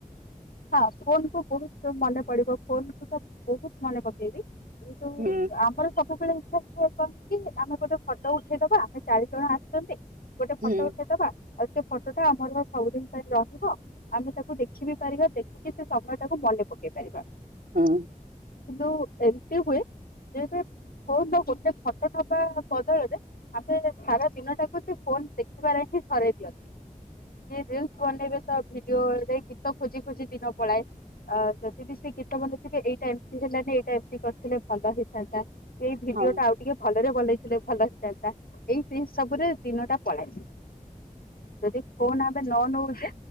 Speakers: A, on the left; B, on the right.
A: ହଁ ଫୋନ କୁ ବହୁତ ମନେ ପଡିବ ଫୋନ କୁ ତ ବହୁତ ମନେ ପକେଇବି କିନ୍ତୁ
B: ହୁଁ।
A: ଆମର ସବୁବେଳେ ଇଚ୍ଛା ଥାଏ କଣ କି ଆମେ ଗୋଟେ ଫଟୋ ଉଠେଇଦବା ଆମେ ଚାରି ଜଣ ଆସିଛନ୍ତି। ଗୋଟେ
B: ହୁଁ
A: ଫଟୋ ଉଠେଇଦବା। ଆଉ ସେ ଫଟୋଟା ଆମର ସବୁଦିନ ପାଇଁ ରହିବ। ଆମେ ତାକୁ ଦେଖିବି ପାରିବା ଦେଖିକି ସେ ସମୟ ଟାକୁ ମନେ ପକେଇ ପାରିବା।
B: ହଁ।
A: କିନ୍ତୁ ଏମିତି ହୁଏ ଯେହେତୁ। ଫୋନ୍ ରେ ଗୋଟେ ଫଟୋ ନବା ବଦଳରେ। ଆମେ ସାରା ଦିନ ଟାକୁ ସେ ଫୋନ ଦେଖିବାରେ ହିଁ ସରେଇ ଦିଅନ୍ତି। କିଏ ରିଲ୍ସ ବନେଇବେ ତ ଭିଡିଓରେ ଗୀତ ଖୋଜି ଖୋଜି ଦିନ ପଳାଏ। ଆ ଯଦି ବିି ସେ ଗୀତ ବନେଇଥିବେ ଏଇଟା ଏମିତି ହେଲାନି ଏଇଟା ଏମିତି କରିଥିଲେ ଭଲ ହେଇ ଥାନ୍ତା ଏଇ ଭିଡିଓଟା
B: ହଁ
A: ଆଉ ଟିକେ ଭଲରେ ବନେଇଥିଲେ ଭଲ ହେଇଥାନ୍ତା। ଏଇ ସେଇ ସବୁରେ ଦିନ ଟା ପଳାଏ। ଯଦି ଫୋନ୍ ଆମେ ନ ନଉଛେ